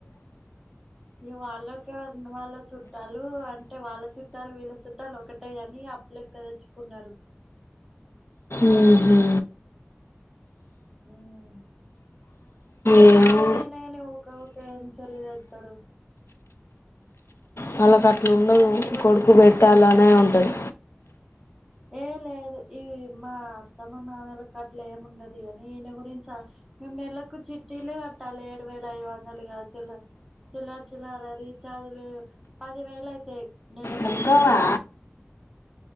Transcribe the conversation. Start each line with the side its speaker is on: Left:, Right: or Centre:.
Centre: ఇగా వాళ్ళకెవర్ వాళ్ళ చుట్టాలు అంటే వాళ్ళ చుట్టాలు వీళ్ళ సుట్టాలు ఒకటే గాని అప్పులెక్క దెచ్చుకున్నారు
Left: ఉహుహు
Centre: మ్ ఇగా
Left: ఏమో
Centre: మాయనాయనా గాని ఊకెక్ పేంచర్లు జెత్తడు
Left: వాళ్ళకట్ల ఉండదు
Centre: పనికి పోతనే
Left: కొడుక్కు బెట్టాలనే ఉంటది
Centre: ఏ లేదు ఈ మా అత్తమ్మ మామయలకు అట్లేమి ఉండది గాని ఈయన గురించే మేం నెలకు చిట్టిలే కట్టాలి ఏడువేలఐదు వందలుగా చేలా చిల్లర్ చిల్లర రీఛార్జలే పదివేలైతాయ్ నెలకే
Left: ముక్కవా